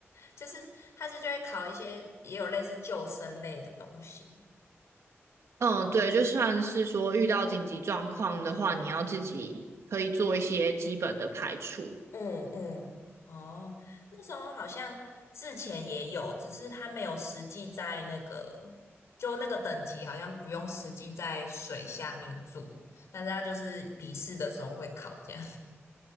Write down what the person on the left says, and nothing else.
就是他是就会考一些也有类似救生类的东西。
嗯嗯，哦，那时候好像之前也有，只是它没有实际在那个，就那个等级好像不用实际在水下面做，但是它就是笔试的时候会考这样。